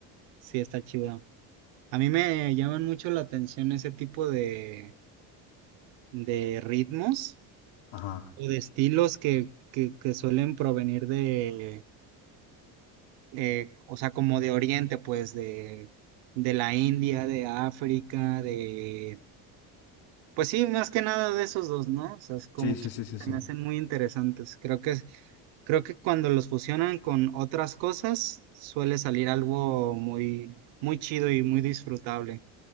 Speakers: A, on the right; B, on the left.
A: sí, está chido. A mí me llaman mucho la atención ese tipo de, de ritmos.
B: Ajá.
A: o de estilos que, que, que suelen provenir de, eh, o sea, como de Oriente, pues de, de la India, de África, de, pues sí, más que nada de esos dos, ¿no? O sea, es como
B: Sí, sí,
A: que
B: sí, sí, sí.
A: se me hacen muy interesantes. Creo que, es- creo que cuando los fusionan con otras cosas, suele salir algo muy, muy chido y muy disfrutable.